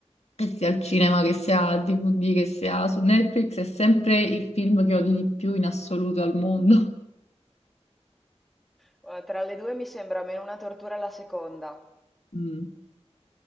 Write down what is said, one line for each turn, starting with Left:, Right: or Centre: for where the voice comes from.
Left: che sia al cinema, che sia al DVD, che sia su Netflix, è sempre il film che odi di più in assoluto al mondo.
Centre: Guarda, Tra le due mi sembra meno una tortura la seconda,
Left: Mm,